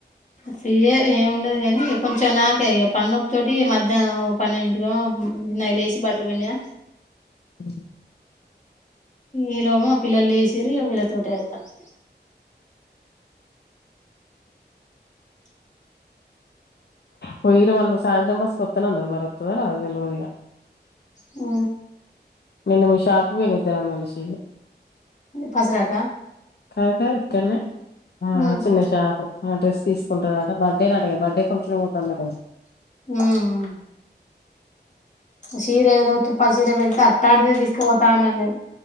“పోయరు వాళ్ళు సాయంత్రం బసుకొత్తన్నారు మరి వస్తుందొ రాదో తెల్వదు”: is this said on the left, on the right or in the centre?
Left